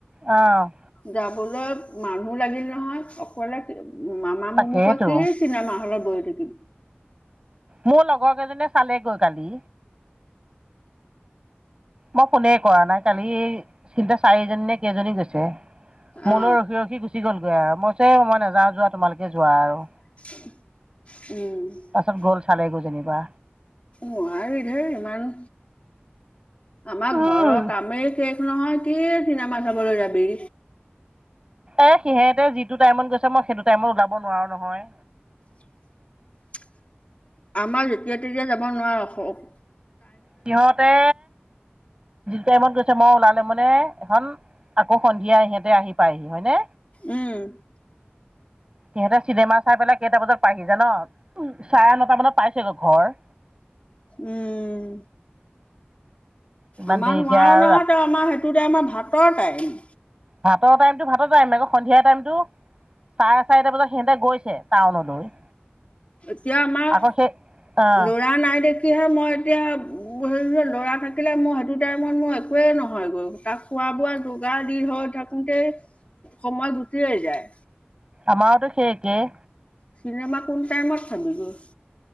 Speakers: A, on the right; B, on the left.
A: অ'
B: যাবলৈ মানুহ লাগিলে নহয় অকলে কি মামা
A: তাকেইতো
B: মুমুকৈ কি চিনেমা হলত বহি থাকিব
A: মোৰ লগৰ কেইজনীয়ে চালেগৈ কালি। মই ফুনে কৰা নাই কালি চিল্টে চাৰিজনী নে কেইজনী গৈছে। মোলৈ
B: অ
A: ৰখি ৰখি গুচি গ'লগৈ আৰু, মই কৈছোঁ এই নাযাওঁ যোৱা তোমালোকে যোৱা আৰু।
B: <unintelligible>
A: তাৰপাছত গ'ল চালেগৈ যেনিবা।
B: নোৱাৰি ধেই ইমান। আমাৰ
A: উম
B: ঘৰৰ কামেই শেষ নহয়, কি চিনেমা চাবলৈ যাবি।
A: এ সিহতে যিটো টাইমত গৈছে মই সেইটো টাইমত ওলাব নোৱাৰো নহয়।
B: <inaudible> আমাৰ যেতিয়া তেতিয়া যাব নোৱাৰ অখ অখ
A: সিহঁতে টাইমত গৈছে মই ওলালে মানে এখন আকৌ সন্ধিয়া ইহঁতে আহি পায়হি হয়নে।
B: উম।
A: সিহঁতে চিনেমা চাই পেলাই কেইটা বজাত পাইহি যান, উম চাৰে নটা বজাত পাইছেগৈ ঘৰ।
B: উম।
A: ইমান
B: আমাৰ
A: দেৰিকে
B: নোৱাৰো
A: আৰু
B: নহয়
A: ৰাতি
B: তই আমাৰ সেইটো টাইমাত ভাতৰ টাইম।
A: ভাতৰ টাইমটো ভাতৰ টাইম আকৌ সন্ধিয়া টাইমটো। চাৰে চাৰিটা বজাত সিহঁতে গৈছে টাউনলৈ।
B: এতিয়া আমাক
A: আকৌ সেই অ'
B: ল'ৰা নাই দেখিয় মই এতিয়া সেই ল'ৰা থাকিলে মই সেইটো টাইমত মোৰ একোৱেই নহয় গৈ, তাক খোৱা বোৱা যোগাৰ দি ধও থাকোতে সময় গুচিয়েই যায়।
A: আমাৰতো সেই একেই।
B: চিনেমা কোন টাইমত চাবি গৈ।